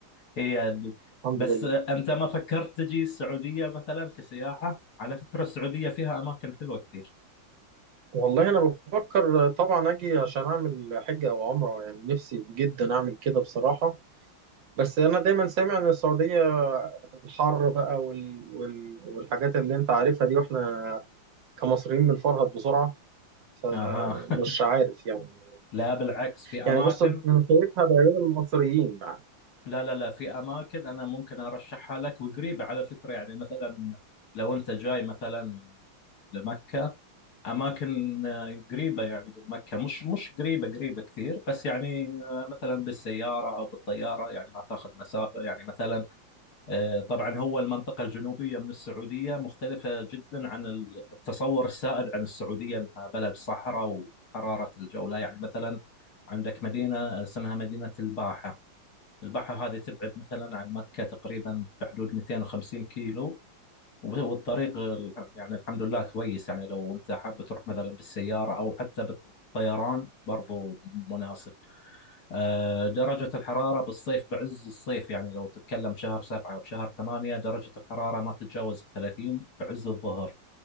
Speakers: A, on the left; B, on the right.
A: هي ال-
B: الحمد
A: بس
B: لله
A: انت ما فكرت تجي السعوديه مثلا كسياحه على فكره السعوديه فيها اماكن حلوه كثير
B: والله انا بفكر طبعا اجي عشان اعمل حجه او عمره يعني نفسي جدا اعمل كده بصراحه بس انا دايما سامع ان السعوديه الحر بقى وال... وال... والحاجات اللي انت عارفها دي واحنا كمصريين بنفرهد بسرعه فمش
A: اها <laughs>
B: عارف يعني
A: لا بالعكس في اماكن
B: يعني بص انا شايفها بعيون المصريين يعني
A: لا لا لا في اماكن انا ممكن ارشحها لك وقريبه على فكره يعني مثلا لو انت جاي مثلا لمكه اماكن آه، قريبه يعني من مكه مش مش قريبه قريبه كثير بس يعني آه، مثلا بالسياره او بالطياره يعني ما تاخذ مسافه يعني مثلا آه، طبعا هو المنطقة الجنوبية من السعودية مختلفة جدا عن التصور السائد عن السعودية أنها بلد صحراء وحرارة الجو لا يعني مثلا عندك مدينة اسمها مدينة الباحة الباحة هذه تبعد مثلا عن مكة تقريبا بحدود 250 كيلو والطريق يعني الحمد لله كويس يعني لو أنت حاب تروح مثلا بالسيارة أو حتى بالطيران برضو مناسب آه، درجة الحرارة بالصيف بعز الصيف يعني لو تتكلم شهر سبعة أو شهر ثمانية درجة الحرارة ما تتجاوز الثلاثين بعز الظهر